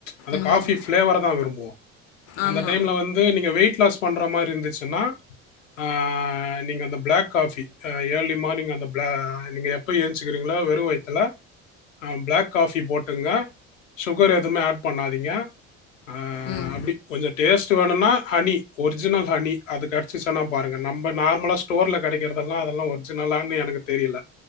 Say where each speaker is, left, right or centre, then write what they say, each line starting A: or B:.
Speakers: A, on the left; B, on the left.
A: அந்த
B: ம்
A: காஃபி பிளேவர தா விரும்புவோ அந்த
B: ஆமா
A: டைம்ல வந்து நீங்க வெயிட் லாஸ் பண்ற மாரி இருந்துச்சுன்னா ஆ நீங்க அந்த பிளாக் காஃபி அ ஏர்லி மார்னிங் அந்த பிள நீங்க எப்ப ஏந்ச்சுக்கிறீங்களோ வெறு வயித்துல அ பிளாக் காஃபி போட்டுங்க சுகர் எதுமே ஆட் பண்ணாதீங்க அ
B: ம்
A: அப்டி கொஞ்சொ டேஸ்ட் வேணுன்னா ஹனி ஒரிஜினல் ஹனி அது கடச்சிசுன்னா பாருங்க நம்ப நார்மலா ஸ்டோர்ல கெடைக்கிறதுதெல்லா அதெல்லா ஒரிஜினலான்னு எனக்கு தெரியில